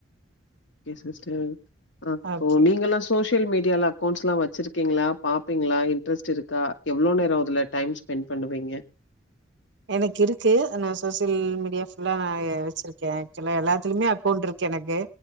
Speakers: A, on the left (about 65°); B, on the right (about 60°).
A: கே சிஸ்டர் அப்போ
B: ஓகே
A: நீங்கலாம் சோசியல் மீடியால அக்கௌண்ட்ஸ் லாம் வச்சிரு கீங்களா பாப்பீங்ளா இன்ட்ரெஸ்ட் இருக்கா எவ்ளோ நேரம் அதுல டைம் ஸ்பென்ட் பண்ணுவீங்க
B: எனக்கு இருக்கு அனா சோசியல் மீடியா ஃபுல்லா நா வச்சுருக்கேன் ஆக்சுவலா எல்லாத்துலயுமே அக்கௌண்டிருக்கு எனக்கு